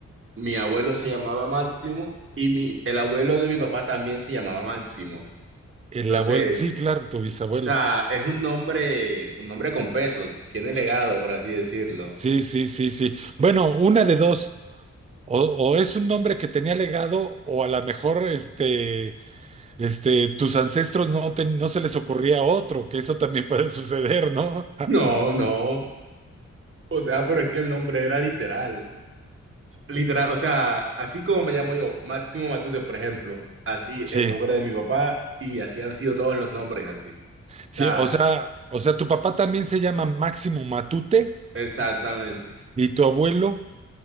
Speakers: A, on the right; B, on the right.
A: Mi abuelo se llamaba Máximo y mi, el abuelo de mi papá también se llamaba Máximo.
B: El
A: Entonces,
B: abuelo, sí,
A: o
B: claro, tu bisabuelo.
A: sea, es un nombre, un nombre con peso, tiene legado, por así decirlo.
B: Sí,
A: <laughs>
B: sí, sí, sí. Bueno, una de dos. O, o es un nombre que tenía legado, o a lo mejor este. Este, tus ancestros no, te- no se les ocurría otro, que eso también <laughs> puede suceder, ¿no? <laughs>
A: No, no. O sea, pero es que el nombre era literal. Literal, o sea, así como me llamo yo, Máximo Matute, por ejemplo, así
B: Sí,
A: el nombre de mi papá y así han sido todos los nombres así. O
B: sí,
A: sea,
B: o sea, o sea, tu papá también se llama Máximo Matute
A: exactamente.
B: y tu abuelo.